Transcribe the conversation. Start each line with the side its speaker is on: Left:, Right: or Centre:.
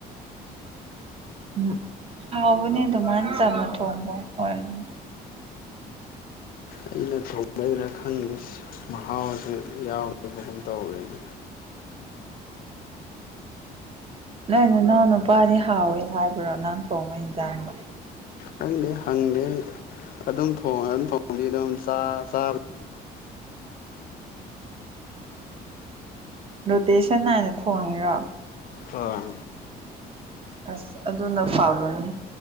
Right: ꯎꯝ ꯍꯥꯎꯕꯅꯦ ꯑꯗꯨ ꯃꯥꯥꯏꯅ ꯆꯝꯅ ꯊꯣꯡꯕ ꯑꯣꯏꯔꯁꯨ
Left: ꯑꯩꯅ ꯊꯣꯡꯕꯩꯩꯅ ꯈꯪꯗꯦ ꯃꯍꯥꯎꯁꯨ ꯌꯥꯎꯕꯒꯨꯝ ꯇꯧꯋꯦꯅꯦ
Right: ꯅꯪ ꯅꯅꯥꯎ ꯅꯨꯄꯥꯗꯤ ꯍꯥꯎꯋꯦ ꯍꯥꯏꯕ꯭ꯔꯣ ꯅꯪ ꯊꯣꯡꯕ ꯌꯦꯟꯖꯥꯡꯗꯣ
Left: ꯈꯪꯗꯦ ꯍꯪꯗꯦ ꯑꯩ ꯑꯗꯨꯝ ꯑꯗꯨꯝ ꯊꯣꯡꯗꯤ ꯑꯗꯨꯝ ꯆꯥ ꯆꯥ
Right: ꯔꯣꯇꯦꯁꯟ ꯅꯥꯏꯅ ꯊꯣꯡꯉꯤꯔꯣ
Left: ꯑꯥ
Right: ꯑꯁ ꯑꯗꯨꯅ ꯐꯥꯕꯅꯦ